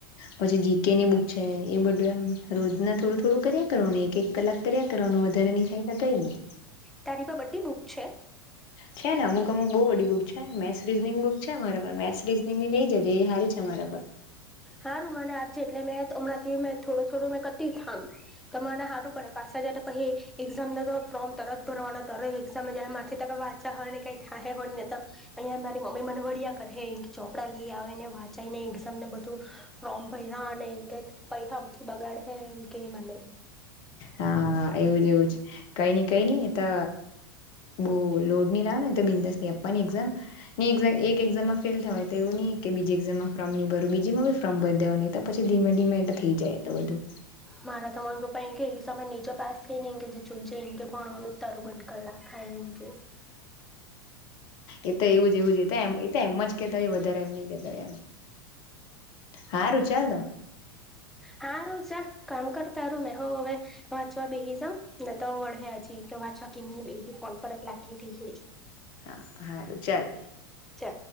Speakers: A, on the left (about 40°); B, in the centre.
A: પછી જીકેની બુક છે એ બધું, એમ રોજ ના થોડું થોડું કર્યા કરવાનું, એક એક કલાક કર્યા કરવાનું વધારે નહી થાય તો કઈ નહી.
B: તારી પાહે બધી બુક છે?
A: છે ને, અમુક અમુક બહુ બડી બુક છે. મેથસ રીઝનિંગ બુક છે મારા પાહે, મેથ્સ રીઝનિંગ ની લઈ જ એ સારી છે. બરાબર!
B: હારૂ માને આપજે, એટલે મેં હમણાંથી મે થોડો થોડો મેં કર્ટી થામ. તમારે હારું પડે, પાછા જ તો પછી એક્ઝામ ન ફોર્મ તરત ભરવાના, તરી જ એક્ઝામ જ માર થી ત વાંચતા હોય ને, કઈ થાહે હોય ને તો અહંયા મારી મમ્મી મને વઢિયા કરે, ચોપડા લઈ આવે ને વાચ અને એક્ઝામ ને બધું ફ્રોમ ભૈરા અને એમ કે હ <inaudible> મથી બગાડ હે એમ કે મને
A: હા, એવું જ એવું જ, કઈ નઈ કઈ નઈ તો, બહુ લોડ નહી લેવાનો, ને તો બિંદાસથી આપવાની એક્ઝામ, ને એક એક્ઝામ માં ફેલ થવાય તેવું ની કે બીજી એક્ઝામ માં ફોમ ની ભરું બીજીમા પણ ફોર્મ ભરી દેવાનુ. નહી તો પછી ધીમે ધીમે એ તો થઈ જાય, એતો બધું
B: મારા તો મમ્મી, પપ્પા એમ કે એકઝામમાં ની જો પાસ થઈ ને કે, જો જે એ કે ભણવાનું તારું બંધ કરાવી, ખાયમ કે
A: એ તો એવું જ એવું જ એ તો તો એમ જ કેતા હોય વધારે એમ ન કેતાય એમ હા રું ચાલ દ
B: હાારું છે કામ કરતાારું મેં હ હવે વાચવા બેહી જા નાને તો વળેજી કે વાચવા કેમ બે કોન પર લાગ કે
A: હા સારું ચાલ
B: છે